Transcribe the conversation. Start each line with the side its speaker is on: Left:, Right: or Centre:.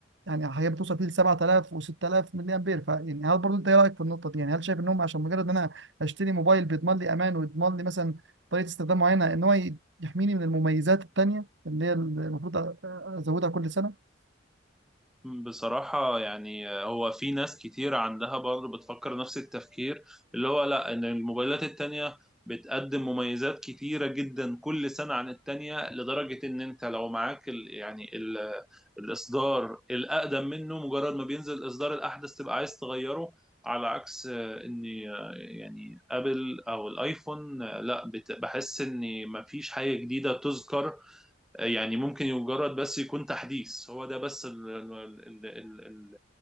Right: يعني هي بتوصل فيه ل 7000 و6000 ملي امبير فيعني هل برضو انت ايه رايك في النقطه دي يعني هل شايف انهم عشان مجرد ان انا اشتري موبايل بيضمن لي امان ويضمن لي مثلا طريقه استخدام معينه ان هو يحميني من المميزات التانيه اللي هي المفروض أ- أ- ازودها كل سنه
Centre: بصراحة يعني هو في ناس كتير عندها برضه بتفكر نفس التفكير اللي هو لا ان الموبايلات التانية بتقدم مميزات كتيرة جدا كل سنة عن التانية لدرجة ان انت لو معاك ال يعني ال الاصدار الاقدم منه مجرد ما بينزل الاصدار الاحدث تبقى عايز تغيره على عكس آه، ان آه، يعني ابل او الايفون آه، لا بت- بحس ان مفيش حاجة جديدة تذكر يعني ممكن مجرد بس يكون تحديث هو ده بس ال ال ال ال ال